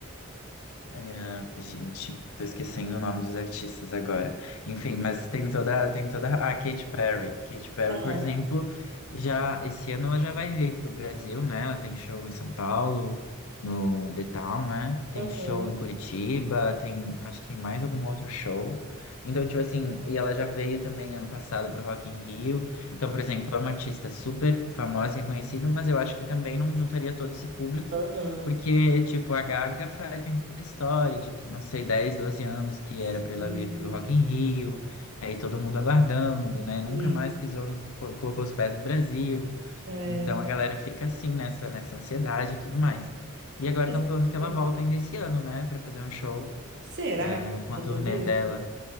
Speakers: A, on the left; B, on the right.
A: É, gente, tô esquecendo o nome dos artistas agora. Enfim, mas tem toda, tem toda. Ah, Katy Perry. Katy Perry,
B: Ah,
A: por exemplo, já esse ano ela já vai vir pro Brasil, né? Ela tem show em São Paulo, no The Town, né? Tem
B: aham,
A: show em Curitiba, tem, acho que tem mais algum outro show. Então, tipo assim, e ela já veio também ano passado pro Rock in Rio. Então, por exemplo, é uma artista super famosa e reconhecida, mas eu acho que também não juntaria todo esse público.
B: aham.
A: Porque, tipo, a Gaga faz, tem toda a história de que, não sei, 10 12 anos que era
B: Sim,
A: pra ela vir pro Rock in Rio, aí todo mundo aguardando, né? Nunca
B: sim.
A: mais pisou, no, pô, colocou os pés no Brasil.
B: É.
A: Então a galera fica assim, nessa, nessa ansiedade e tudo mais. E agora
B: Mas,
A: estão falando que ela
B: é,
A: volta ainda esse ano, né? Pra fazer um show,
B: Será
A: é,
B: que
A: com
B: falta
A: a turnê
B: mesmo?
A: dela.